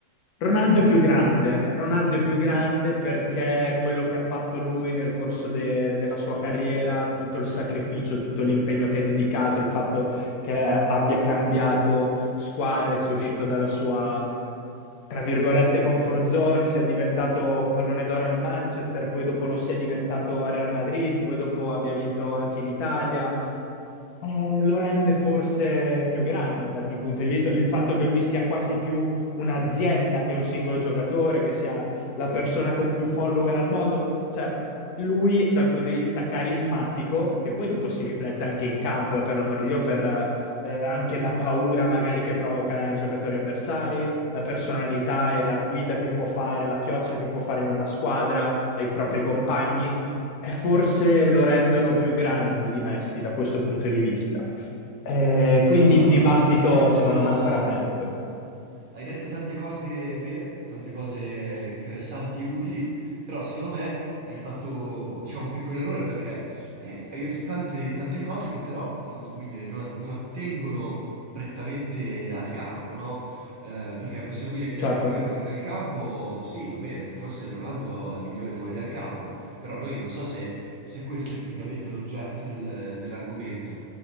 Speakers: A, on the left (about 80°); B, on the right (about 65°).
A: Ronaldo è più grande. Ronaldo è più grande perché quello che ha fatto lui nel corso de- della sua carriera, tutto il sacrificio, tutto l'impegno che ha dedicato, il fatto che abbia cambiato squadre, sia uscito dalla sua, tra virgolette, comfort zone, sia diventato pallone d'oro al Manchester, poi dopo lo sia diventato a Real Madrid, poi dopo abbia vinto anche in Italia. Eh, lo rende forse più grande dal mio punto di vista, il fatto che lui sia quasi più un'azienda che un singolo giocatore, che sia la persona con più follower al mondo, cioè lui dal punto di vista carismatico, che poi dopo si riflette anche in campo, e per l'amor di Dio, per, eh, eh, anche la paura magari che provoca i giocatori avversari, la personalità e la guida che può fare, la chioccia che può fare in una squadra ai propri compagni, e forse lo rendono più grande di Messi da questo punto di vista. Eh,
B: Allora,
A: quindi il dibattito
B: hai detto...
A: secondo me è ancora aperto.
B: Hai detto tante cose vere, tante cose interessanti e utili, però secondo me hai fatto, diciamo, un piccolo errore perché eh, hai detto tante, tante cose che però, mh, come dire, non, a- non attengono prettamente al campo, no? Eh, perché possiamo dire chi
A: Certo.
B: è migliore fuori dal campo, sì, va bene, forse Ronaldo è migliore fuori dal campo, però noi non so se, se questo è effettivamente l'oggetto del- dell'argomento.